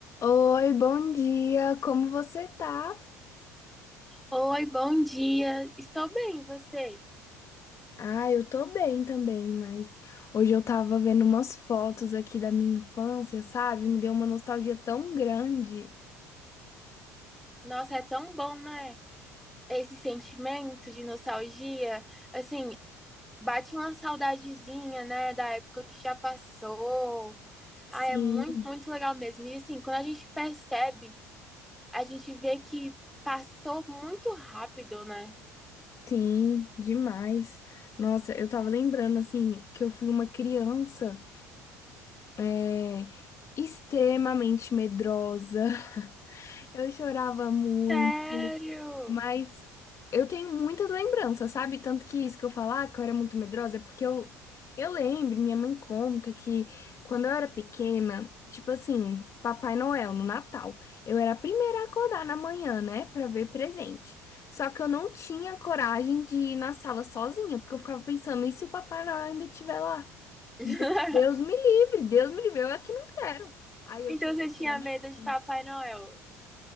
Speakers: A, on the left; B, in the centre.
A: Oi, bom dia, como você tá?
B: Oi, bom dia. Estou bem, e você?
A: Ah, eu tô bem também, mas hoje eu tava vendo umas fotos aqui da minha infância, sabe? Me deu uma nostalgia tão grande.
B: Nossa, é tão bom, né? Esse sentimento de nostalgia, assim, bate uma saudadezinha, né, da época que já passou.
A: Sim.
B: Ah, é muito, muito legal mesmo. E assim, quando a gente percebe, a gente vê que passou muito rápido, né?
A: Sim, demais. Nossa, eu tava lembrando, assim, que eu fui uma criança, é, extremamente medrosa. <laughs> Eu chorava muito.
B: Sério?
A: Mas eu tenho muitas lembranças, sabe? Tanto que isso que eu falar que eu era muito medrosa é porque eu, eu lembro, minha mãe conta que quando eu era pequena, tipo assim, Papai Noel no Natal, eu era a primeira a acordar na manhã, né, Pra ver presente. Só que eu não tinha coragem de ir na sala sozinha, porque eu ficava pensando, e se o Papai Noel ainda estiver lá?
B: <laughs>
A: Gente, Deus me livre, Deus me livre, eu é que não quero. Aí eu
B: Então
A: tinha que
B: você tinha
A: acordar minha
B: medo de
A: mãe.
B: Papai Noel?